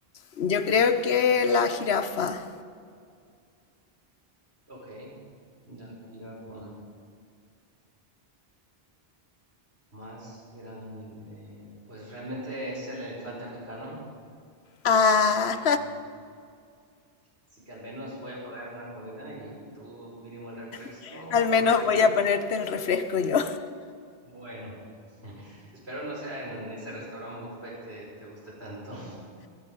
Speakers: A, on the left (about 85°); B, on the right (about 85°).
A: yo creo que la jirafa.
B: ok. La jirafa más grande. Pues realmente es el elefante africano.
A: Ah,
B: Así que, así que al menos voy a pagar una comida y tú mínimo el refresco
A: <laughs>
B: o
A: al menos
B: la bebida,
A: voy
B: lo
A: a ponerte
B: que...
A: el refresco yo.
B: Bueno. Espero no sea en ese restaurante buffet que te gusta tanto.